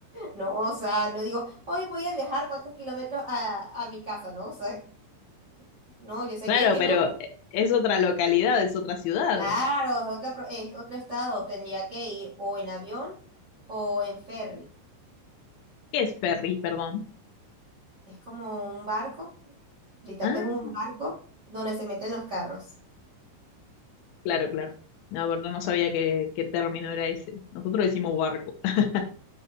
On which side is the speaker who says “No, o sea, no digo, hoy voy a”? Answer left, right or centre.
Right